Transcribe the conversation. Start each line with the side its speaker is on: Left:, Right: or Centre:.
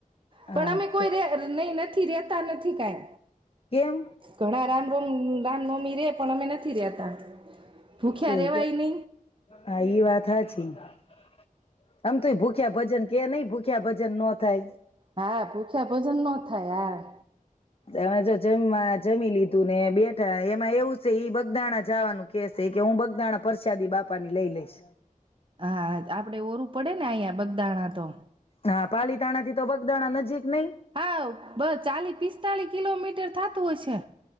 Left: હા
Right: પણ અમે કોઈ ર નહી નથી રહેતા નથી કઈ
Left: કેમ
Right: ઘણા રામ રમ રામ? નવમી રહે પણ અમે નથી રહેતા નથી રહેતા ભૂખ્યા
Left: ઠીક
Right: રેવાય નહ
Left: હા ઈ વાત હાચી આમ તો એ ભૂખ્યા ભજન કે નહી ભૂખ્યા ભજન ન થાય
Right: હા ભૂખ્યા ભજન નો થાય આ
Left: અમે જો જમમાં જમી લીધું ને બેઠા એમાં એવું છે ઈ બગદાણા જવાનું કે છે કે હું બગદાણા પરસાદી બાપા ની લઈ લઈશ
Right: હા તો આપડે ઓરું પડે ને અહંયા બ દાણા તો
Left: હા પાલીતાણા થી તો બગદાણા નજીક નઈ
Right: હા બસ ચાલી પિસ્તાલીસ કિલોમીટર થાત તુ હશે